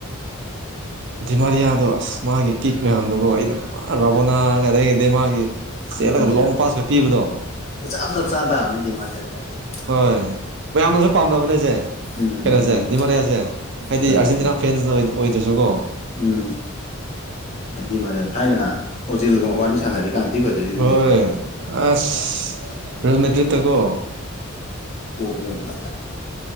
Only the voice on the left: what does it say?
ꯃꯈ
ꯃꯈꯟꯅꯤꯗ
ꯆꯞ ꯆꯞ ꯆꯥꯅ ꯇꯥꯕꯅꯤꯗꯤ ꯃꯥꯅ ꯀꯥꯏꯗꯣꯏꯅꯤ
ꯎꯝ
ꯎꯝ
ꯐꯖꯕꯅꯦ
ꯐꯖꯕꯅꯦ
ꯎꯝ ꯍꯥꯏꯗꯤ ꯃꯥꯦ ꯊꯥꯏꯅ ꯑꯣꯖꯤꯜꯒ ꯃꯕꯥꯅꯤ ꯁꯥꯟꯅꯔꯤꯀꯥꯟ ꯊꯤ ꯐꯖꯩꯗꯨꯗꯤ
ꯃꯦꯗ꯭ꯔꯤꯠ
ꯑꯣ ꯃꯕꯂ ꯌꯥ